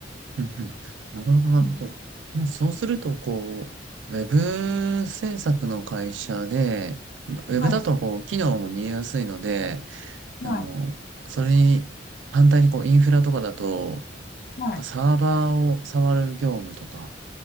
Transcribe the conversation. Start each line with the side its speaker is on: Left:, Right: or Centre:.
Right: うんうん。<laughs> なるほど、なるほど。
Left: はい
Right: もうそうすると、こう、ウェブ制作の会社で、ウェブだと、
Left: はい
Right: こう、機能も見えやすいので、
Left: は
Right: あの、それに、反対に、こう、インフラとかだと、
Left: いはい
Right: サーバーを触る業務とか、